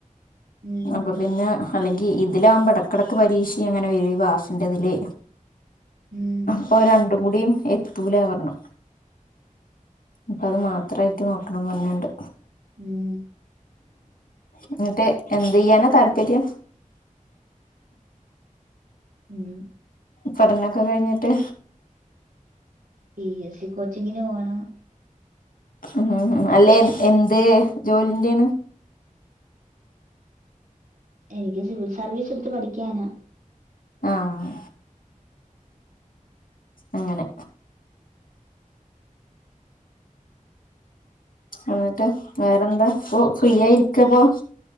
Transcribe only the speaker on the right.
ഉം
ഉം
ഉം
ഉം
പി എസ് സി കോച്ചിങ്ങിന് പോണം
എനിക്ക് സിവിൽ സർവീസ് എടുത്ത് പഠിക്കാനാ